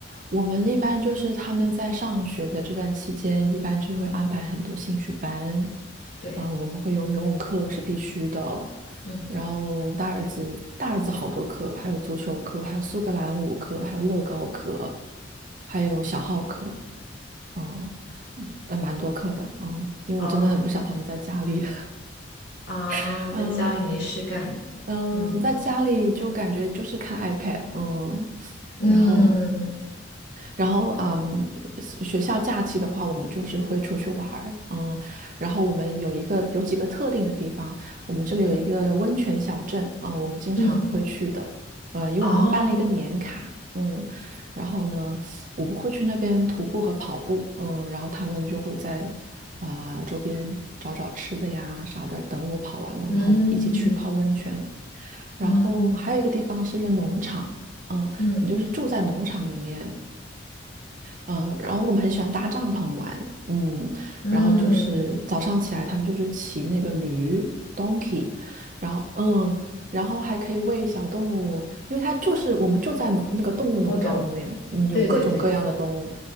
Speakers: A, on the right; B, on the left.
A: 我们一般就是他们在上学的这段期间，一般就是会安排很多兴趣班，
B: 对，
A: 啊、我们会有游泳课是必须的，
B: 嗯，
A: 然后大儿子大儿子好多课，还有足球课，还有苏格兰舞课，还有乐高课，还有小号课，嗯，嗯但蛮多课的，嗯，因为我真的很不想他们在家里，
B: 啊啊，
A: <laughs> 嗯。
B: 在家里没事干，
A: 嗯，
B: 嗯
A: 在家里就感觉就是看 iPad，嗯，
B: 嗯
A: 然后，然后，嗯，学学校假期的话，我们就是会出去玩儿，嗯，然后我们有一个有几个特定的地方，我们这里有一个温泉小镇，
B: 嗯
A: 啊、我们经常会去的，
B: 嗯，
A: 呃，因为我们办了一个年卡，
B: 哦，
A: 嗯，然后呢，我们会去那边徒步和跑步，嗯，然后他们就会在啊、周边找找吃的呀啥的，等我跑完了，然后我们一起去泡温泉。
B: 嗯
A: 然后还有一个地方是一个农场，
B: 嗯。
A: 嗯，
B: 嗯
A: 你就是住在农场里面，呃，然后我们很喜欢搭帐篷玩，嗯，
B: 嗯，
A: 然后就是早上起来他们就是骑那个驴 donkey，然后嗯，然后还可以喂小动物，因为它就是我们就在农那个动物农场里面，
B: 我懂，
A: 嗯，有各种各样的动物，
B: 对对对，